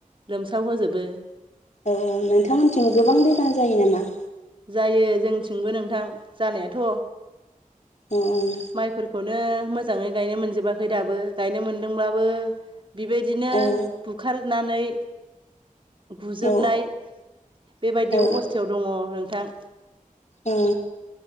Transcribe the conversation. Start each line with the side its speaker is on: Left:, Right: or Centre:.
Right: लोमसाव होोजोबो
Left: औ औ नोंथांमोनथिंबो गोबां दैबां जायो नामा।
Right: जायो जोंथिंबो नोंथां जानायाथ'
Left: अ ओं
Right: माइफोरखौनो मोजाङै गायनो मोनजोबाखै दाबो गायनो मोनदोंब्लाबो बेबायदिनो
Left: औ
Right: बुखारनानै गुजोबनाय
Left: औ
Right: बेबायदि
Left: औ
Right: अबस्थायाव दङ नोंथां
Left: औ